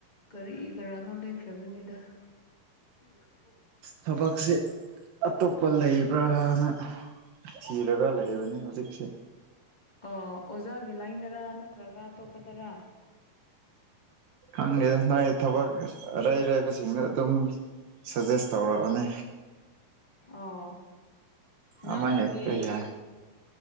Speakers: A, on the left (about 20°); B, on the right (about 75°).
A: ꯀꯔꯤ ꯀꯔꯥꯅꯣ ꯂꯩꯈ꯭ꯔꯕꯅꯤꯗ <unintelligible>
B: ꯊꯕꯛꯁꯤ ꯑꯇꯣꯞꯄ ꯂꯩꯕ꯭ꯔꯅ ꯊꯤꯔꯒ ꯂꯩꯕꯅꯤ ꯍꯧꯖꯤꯛꯁꯦ
A: ꯑꯣ ꯑꯣꯖꯥꯒꯤ ꯂꯥꯏꯟꯗꯔ ꯅꯠꯇ꯭ꯔꯒ ꯑꯇꯣꯞꯄꯗꯔ
B: ꯈꯪꯉꯦꯗ ꯅꯣꯏ ꯊꯕꯛ ꯑꯔꯩ ꯑꯔꯥꯏꯕꯁꯤꯡꯗ ꯑꯗꯨꯝ ꯁꯖꯦꯁ ꯇꯧꯔꯛꯑꯣꯅꯦ
A: ꯑꯣ ꯅꯪꯒꯤ
B: ꯑꯃ ꯍꯦꯛꯇ ꯌꯥꯏ